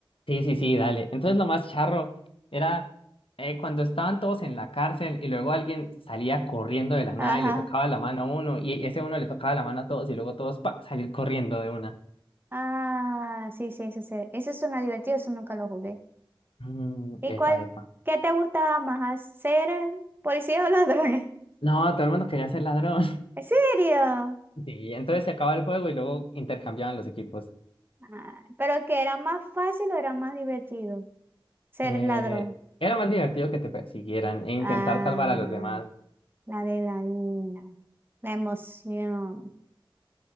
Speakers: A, on the left (about 80°); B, on the right (about 25°).
A: Sí, sí, sí, dale. Entonces lo más charro era eh, cuando estaban todos en la cárcel y luego alguien salía corriendo de la nada
B: Ajá.
A: y le tocaba la mano a uno y ese uno le tocaba la mano a todos y luego todos pa, salir corriendo de una.
B: Ah, sí, sí, sí, sí. Eso suena divertido, eso nunca lo jugué.
A: Mm,
B: ¿Y
A: epa,
B: cuál?
A: epa.
B: ¿Qué te gustaba más? ¿Hacer policías o <laughs> ladrones?
A: No, todo el mundo quería ser ladrón. <laughs>
B: ¿En serio?
A: Sí, entonces se acaba el juego y luego intercambiaban los equipos.
B: Ah, ¿pero que era más fácil o era más divertido ser
A: Eh,
B: ladrón?
A: era más divertido que te persiguieran e intentar
B: Ah,
A: salvar a los demás.
B: la adrenalina, la emoción.